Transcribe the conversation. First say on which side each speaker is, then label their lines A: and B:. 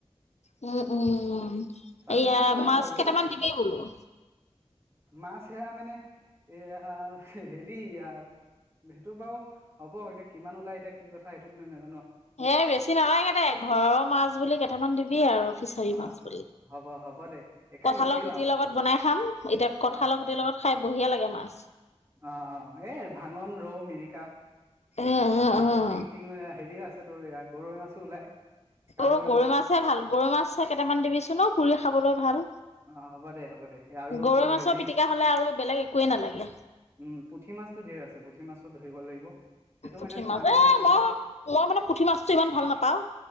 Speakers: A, on the left (about 80°); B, on the right (about 25°).
A: উম উম উম
B: পানী
A: এয়া
B: ইমান নাই
A: মাছ
B: বাৰু
A: কেইটামান দিবি বোলোঁ।
B: মাছ সেয়া মানে এয়া হেৰি। সেইটো বাৰু হ'ব এতিয়া কিমান ওলাই এতিয়া কি কথা সেইটোত ম
A: হে বেছি নালাগে দে ঘৰৰ মাছ বুলি কেইটামান দিবি আৰু ফিচাৰী
B: অ',
A: মাছ বুলি
B: হ'ব হ'ব দে একে
A: কঠালৰ
B: লোকেল
A: গুটিৰ
B: আৰু
A: লগত বনাই খাম এতিয়া কঠালৰ
B: অ',
A: গুটিৰ
B: অ',
A: লগত খাই বহিয়া লাগে মাছ।
B: অ অ এই ভাঙন ৰৌ মিৰিকা।
A: উম উম
B: তাৰপিছত
A: উম।
B: টি ম হেৰি ৰা আ তোৰ এয়া গৰৈ মাছো ওলাই। কাৰৈ
A: অ গৰৈ
B: ওলাই
A: মাছেহে ভাল গৰৈ মাছ কেইটামান দিবিছোন অ পুৰি খাবলৈ ভাল।
B: অ হ'ব দে হ'ব দে আৰু
A: গৰৈ
B: তোৰ
A: মাছৰ
B: হেৰি
A: পিটিকা হ'লে আৰু বেলেগ একোৱেই নালাগে
B: উম পুঠি মাছ। ধেৰ আছে পুঠি মাছো ধৰিব লাগিব। সেইটো
A: পুঠি
B: মানে তোৰ
A: মাছ
B: পানীখিনি
A: এ
B: থাকোতে
A: মই মই মানে পুঠি মাছটো ইমান ভাল নাপাওঁ